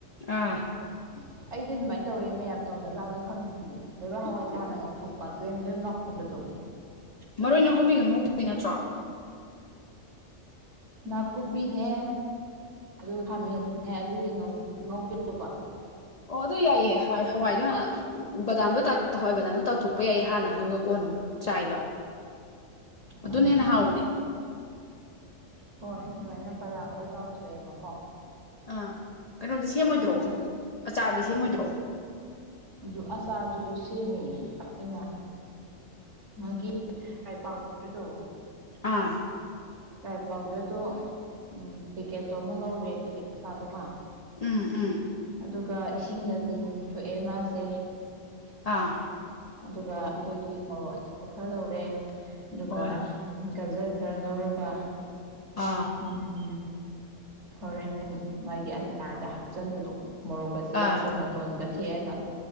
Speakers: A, on the left (about 50°); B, on the right (about 60°).
A: ꯑꯥ
B: <inaudible> ꯑꯩꯖꯦ ꯑꯗꯨꯃꯥꯏꯟ ꯇꯧꯋꯦ ꯃꯌꯥꯝ ꯇꯧꯅꯖꯥꯠꯂ ꯈꯪꯗꯤꯌꯦ ꯂꯩꯕꯥꯛ ꯍꯋꯥꯏꯁꯦ ꯍꯥꯟꯅ ꯉꯊꯣꯛꯄ ꯒ꯭ꯔꯦꯝ ꯒ꯭ꯔꯦꯝ ꯂꯥꯎꯍꯟꯕꯗꯣ
A: ꯃꯔꯣꯏ ꯅꯥꯀꯨꯞꯄꯤꯒ ꯉꯧꯗꯣꯏ ꯅꯠꯇ꯭ꯔꯣ
B: ꯅꯥꯀꯨꯞꯄꯤꯅꯦ ꯑꯗꯨꯒ ꯈꯥꯃꯦꯟꯅꯦ ꯑꯗꯨꯅꯦ ꯉꯧꯒꯦ ꯇꯧꯕ
A: ꯑꯣ ꯑꯗꯨ ꯌꯥꯏꯌꯦ ꯍꯥꯋꯥ ꯍꯋꯥꯏꯗꯣ ꯍꯥꯟ ꯕꯗꯥꯝꯗꯣ ꯇꯎ ꯍꯋꯥꯏ ꯕꯗꯥꯝꯗꯣ ꯇꯥꯎꯊꯣꯛꯄ ꯌꯥꯏ ꯍꯥꯟꯅ ꯑꯗꯨꯒ ꯀꯣꯟ ꯑꯃꯨꯛ ꯆꯥꯏꯕ
B: ꯎꯝ
A: ꯑꯗꯨꯅ ꯍꯦꯟꯅ ꯍꯥꯎꯕꯅꯦ
B: ꯍꯣꯏ ꯑꯗꯨꯃꯥꯏꯅ ꯕꯗꯥꯝꯗꯣ ꯇꯥꯎꯊꯣꯛꯑꯦꯕꯀꯣ
A: ꯑꯥ ꯀꯩꯅꯣꯗꯤ ꯁꯦꯝꯃꯣꯏꯗ꯭ꯔꯣ
B: ꯑꯗ
A: ꯑꯆꯥꯔꯗꯤ
B: ꯀꯔꯤ
A: ꯁꯦꯝꯃꯣꯏꯗ꯭ꯔꯣ
B: ꯑꯗꯨ ꯑꯆꯥꯔꯗꯨꯖꯨ ꯁꯦꯝꯃꯦ ꯑꯩꯅ ꯃꯥꯒꯤ ꯔꯥꯏ ꯄꯥꯎꯗꯔꯗꯣ
A: ꯑꯥ
B: ꯔꯥꯏ ꯄꯥꯎꯗꯔꯗꯣ ꯎꯝ ꯄꯤꯀꯦꯠꯇꯣ ꯑꯃ ꯂꯧꯔꯦ ꯄꯤꯀꯦꯠ ꯃꯆꯥꯗꯨ ꯑꯃ
A: ꯎꯝ ꯎꯝ
B: ꯑꯗꯨꯒ ꯏꯁꯤꯡꯗ ꯇꯤꯡ ꯊꯣꯛꯑꯦ ꯃꯥꯁꯦ
A: ꯑꯥ
B: ꯑꯗꯨꯒ ꯑꯈꯣꯏꯒꯤ ꯃꯣꯔꯣꯛ ꯑꯇꯦꯛꯄ ꯈꯔ ꯂꯧꯔꯦ ꯑꯗꯨꯒ
A: ꯍꯣꯏ
B: ꯒꯖꯔ ꯈꯔ ꯂꯧꯔꯒ
A: ꯑꯥ
B: ꯎꯝ ꯍꯣꯔꯦꯟ ꯃꯥꯒꯤ ꯑꯆꯥꯔꯗ ꯍꯥꯞꯆꯤꯟꯕꯗꯣ ꯃꯣꯔꯣꯛ ꯀꯁꯦ
A: ꯑꯥ
B: ꯃꯇꯣꯟ ꯃꯇꯣꯟꯒ ꯊꯦꯛꯑꯒ